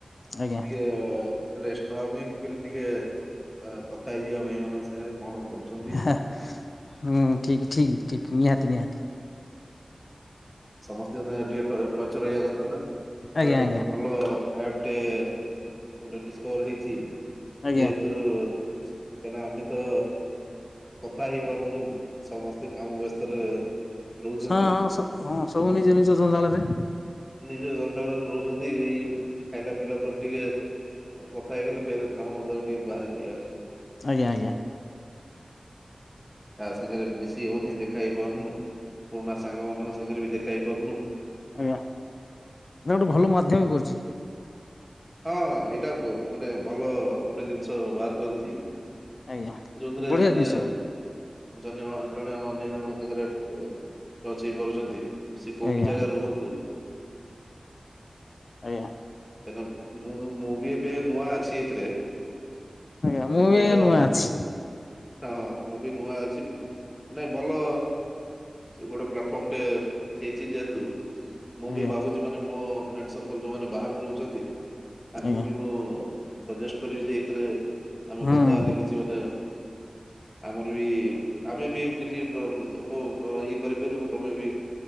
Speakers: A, on the left; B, in the centre.
A: ଆଜ୍ଞା
B: ଟିକେ ରେଶମ ଭମ ମୁଁ କିଲି ଟିକେ କଥା ହେଇଯିବା ଭାଇ ମାନଙ୍କ ସାଙ୍ଗରେ କଣ କରୁଛନ୍ତି
A: ହୁଁ ଠିକ ଠିକ ଠିକ ନିହାତି ନିହାତି।
B: ସମସ୍ତଙ୍କ ସାଙ୍ଗେ ଟିକେ ଟଚ ରହିବା କଥା ନା ଏଇଟା
A: ଆଜ୍ଞା
B: ଗୋଟେ
A: ଆଜ୍ଞା
B: ଭଲ ଆପ୍ ଗୋଟେ ଗୋଟେ ଡିସକଭର ହେଇଛି
A: ଆଜ୍ଞା
B: ଯେହେତୁ। କାହିଁକିନା ଆମେ ତ କଥା ହେଇପାରୁନୁ ସମସ୍ତେ କାମ ବ୍ୟସ୍ତରେ ରହୁଛନ୍ତି
A: ହଁ ହଁ ହଁ ସବୁ ନିଜ ନିଜ ଜଞ୍ଜାଳ ରେ
B: ନିଜ ଅଞ୍ଚଳରେ ରହୁଛନ୍ତି ଏଇ ଖାଇଲା ପିଲା ପରେ ଟିକେ କଥା ହେଇଗଲେ ଫେର କାମ ଦ ଟିକେ ବାହାରିଯିବା
A: ଆଜ୍ଞା ଆଜ୍ଞା।
B: ତାା ସାଙ୍ଗରେ ମିଶି ହଉନି ଦେଖା ହେଇ ପାରୁନୁ ପୁରୁଣା ସାଙ୍ଗମାନାନଙ୍କ ସାଙ୍ଗରେ ବି ଦେଖା ହେଇ ପାରୁନୁ
A: ଏଇଟା ଗୋଟେ ଭଲ ମାଧ୍ୟମ କରୁଛି
B: ହଁ ଏଇଟା ମାନେ ଭଲ ଗୋଟେ ଜିନିଷ ବାହାର କରିଛି
A: ଆଜ୍ଞା
B: ଯୋଉଥିରେ
A: ବଢିଆ
B: ମାନେ
A: ଜିନିଷ
B: ଜନ୍ୟ। ଜଣେ ଅନ୍ୟ ଜଣଙ୍କ ସାଙ୍ଗରେ ପଛେଇ ପାରୁଛନ୍ତି। ସେ କୋଉ
A: ଆଜ୍ଞା
B: ବିି ଜାଗା ରୁହନ୍ତୁ।
A: ଆଜ୍ଞା।
B: କ ମୁଁ ମୁଁ ବି ଏବେ ନୂଆ ଅଛି ଏଥିରେ
A: ଆଜ୍ଞା ମୁଁ ବି
B: ତ
A: ଆଜ୍ଞା ନୂଆ ଅଛି
B: ହଁ ମୁଁ ବି ନୂଆ ଅ କିଛି ନାଇଁ ଭଲ ଗୋଟେ ପ୍ଲାଟଫର୍ମଟେ ହେଇଛି ଯେହେତୁ ମୁଁ
A: ଆଜ୍ଞା
B: ବି ଭାବୁଛି ମାନେ ମୋ ଫ୍ରେଣ୍ଡ ସକଲ ଯୋଉମାନେ ବାହ ରହୁଛନ୍ତି ତାଙ୍କୁ
A: ଆଜ୍ଞା
B: ବି ମୁଁ ସଜେଷ୍ଟ କରିବି ଯେ ଏଇଥିରେ ଆମେ
A: ହୁଁ।
B: କଥା ହେଲେ କିଛି ମାନେ ଆମର ବି ଆମେ ବି କିଛି ଉପ ଇଏ କରିପାରିବୁ ତମେ ବି